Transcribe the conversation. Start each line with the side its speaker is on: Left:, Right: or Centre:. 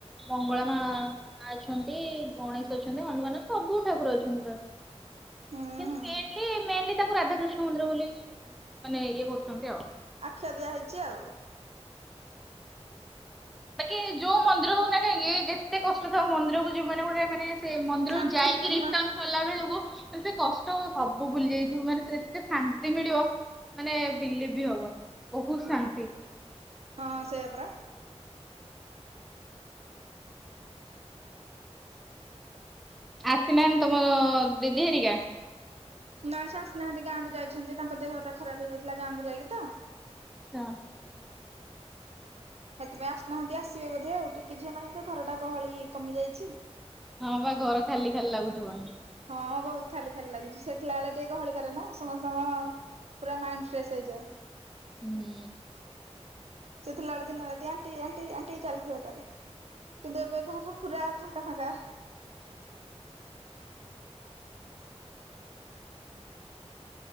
Centre: ମଙ୍ଗଳା ମା ମା ଅଛନ୍ତି ଗଣେଶ ଅଛନ୍ତି ହନୁମାନ ସବୁ ଠାକୁର ଅଛନ୍ତି ପ୍ରାୟେ।
Right: ହୁଁ
Centre: କିନ୍ତୁ ମେନଲି ମେନଲି ତାକୁ ରାଧାକୃଷ୍ଣ ମନ୍ଦିର ବୋଲି ମାନେ ଇଏ କରୁଛନ୍ତି ଆଉ।
Right: ଆଖ୍ୟା ଦିଆହେଇଛି ଆଉ।
Centre: ବାକି ଯୋଉ ମନ୍ଦିର ହଉ ନା କାହିଁକି ଯେତେ କଷ୍ଟ ଥାଉ ମନ୍ଦିରକୁ ଯିବୁ ମାନେ ଗୋଟେ ମାନେ ସେ ମନ୍ଦିରକୁ
Right: ଶାନ୍ତିପୂର୍ଣ୍ଣ
Centre: ଯାଇକି ରିଟନ୍ ଗଲା ବେଳକୁ ସେ କଷ୍ଟ ସବୁ ଭୁଲି ଯାଇଥିବୁ ମାନେ ସେ ଏତେ ଶାନ୍ତି ମିଳିବ। ମାନେ ବିଲିଭ୍ ବି ହବନି ବହୁତ ଶାନ୍ତି।
Right: ହଁ ସେଇଆ ପରା।
Centre: ଆସିନାହାନ୍ତି ତମ ଦିଦି ହେରିକା?
Right: ନାଇଁ ସେ ଆସିନାହାନ୍ତି ଗାଁକୁ ଯାଇଛନ୍ତି। ତାଙ୍କ ଦେହଟା ଖରାପ ହେଇଯାଇଥିଲା ଗାଁକୁ ଯାଇକି ତ।
Centre: ଆଛା।
Right: ସେଥିପାଇଁ ଆସିନାହାନ୍ତି ଆସିବେ ବୋଧେ ଆଉ ଟିକି ଝିଅ ନାହିଁଯେ ଘରଟା ଗହଳି କମି ଯାଇଛି।
Centre: ହଁ ବା ଘର ଖାଲି ଖାଲି ଲାଗୁଥିବଣି।
Right: ହଁ ବହୁତ ଖାଲି ଖାଲି ଲାଗୁଛି ସେ ଥିଲାବେଳେ ଟିକେ ଗହଳି କରେ ନା ସମସ୍ତଙ୍କ ପୁରା ମାଇଣ୍ଡ ଫ୍ରେଶ ହେଇଯାଏ।
Centre: ହୁଁ।
Right: ସେ ଥିଲାବେଳେ ଦିନ ରାତି ଆଣ୍ଟି ଆଣ୍ଟି ଆଣ୍ଟି ଚାଲିଥିବ ତାର। କିନ୍ତୁ ଏବେ ଘର ପୁରା ଫାଙ୍କା ଫାଙ୍କା।